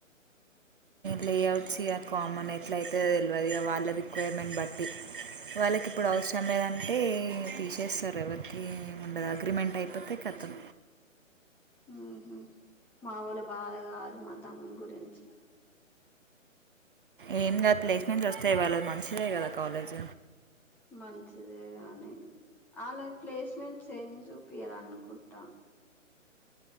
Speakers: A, on the right (about 40°); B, in the centre.
A: లే అవుట్స్ ఇక కామన్ ఎట్ల అయితే తెలివదు ఇ వాళ్ళ రిక్వైర్మెంట్ బట్టి వాళ్ళకి ఇప్పుడు అవసరం లేదంటే తీసేస్తారు ఎవరికి ఉండదు అగ్రిమెంట్ అయిపోతే కథం
B: మ్ హ మా వాలు బాధ కాజు మా తముని గురించి
A: ఏమ కధు ప్లేస్‌మెంట్లు వాస్టే వాళ్ళ మంచిదే కదా కాలేజ్
B: మంచిదే కాని వాళ్ళ ప్లేస్మెంట్స్ ఏం చూపియారు అనుకుంటా